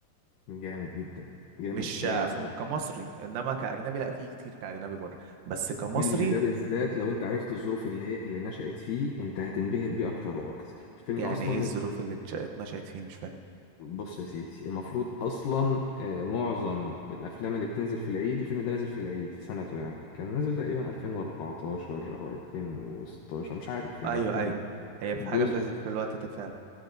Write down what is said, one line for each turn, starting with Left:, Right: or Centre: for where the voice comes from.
Left: جامد جدا جامد
Right: مش
Left: كريم عبد
Right: فم-
Left: العزيز
Right: كمصري انما كاجنبي لا في كتير كاجنبي بره بس كمصري
Left: الفيلم ده بالذات لو أنت عرفت الظروف اللي هي اللي نشأت فيه أنت هتنبهر بيه أكتر وأكتر الفيلم
Right: يعني
Left: ده أصلا
Right: ايه الظروف
Left: نزل
Right: اللي اتج- اتنشأت فيه مش فاهم
Left: بص يا سيدي المفروض أصلا آه، معظم الأفلام اللي بتنزل في العيد الفيلم ده نزل في العيد في سنته يعني كان نزل تقريبا 2014 أو 2016 مش عارف يعني
Right: ايوه
Left: في الحدود
Right: ايوه
Left: دي.
Right: هي في
Left: الجزء
Right: حاجه في, في الوقت ده فعلا